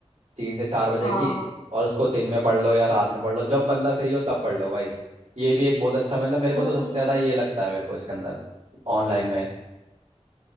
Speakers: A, on the right; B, on the left.
A: तीन से चार बजे
B: हाँ
A: की और उसको दिन में पढ़ लो या रात में पढ़ लो जब बंदा फ्री हो तब पढ़ लो भाई ये भी एक बहुत अच्छा मतलब मेरे को
B: वही
A: तो सबसे ज़्यादा
B: ना
A: ये लगता है मेरे को इसके अंदर ऑनलाइन में